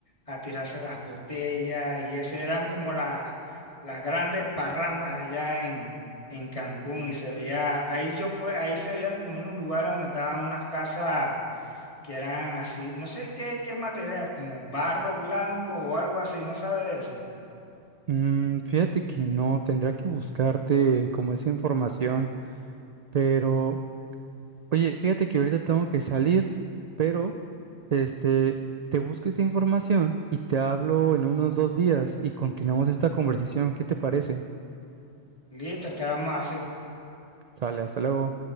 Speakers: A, on the left (about 25°); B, on the right (about 60°).
A: a, a tirarse las botellas y eso eran como la- las grandes parrandas allá en, en Cancún y se veía, ahí yo pues, ahí se veían como unos lugares donde estaban unas casas que eran así, no sé qué, qué material, como barro blanco o algo así, no sabe de eso.
B: Mm, fíjate que no, tendría que buscarte como esa información, pero oye, fíjate que ahorita tengo que salir, pero este, te busco esta información y te hablo en unos dos días y continuamos esta conversación. ¿Qué te parece?
A: Listo, ¿qué vamos a hacer?
B: Sale, hasta luego.